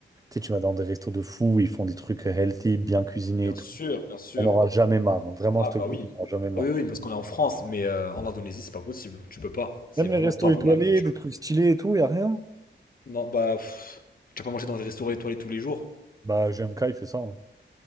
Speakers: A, on the right; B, on the left.
A: Tu sais, tu vas dans des restos de fous, ils font des trucs healthy, bien cuisinés et tout.
B: Bien sûr, bien sûr.
A: On n'aura jamais marre. hein. Vraiment,
B: Ah
A: je te
B: bah
A: le dis,
B: oui.
A: tu n'auras jamais marre.
B: Oui, oui, parce qu'on est en France, mais euh, en Indonésie, c'est pas possible. Tu peux pas. C'est
A: Même
B: vraiment
A: les restos
B: pas
A: étoilés,
B: bon la nourriture.
A: des trucs stylés et tout, y a rien.
B: Non, bah, pff, tu vas pas manger dans des restaurants étoilés tous les jours.
A: Bah, GMK, il fait ça. hein.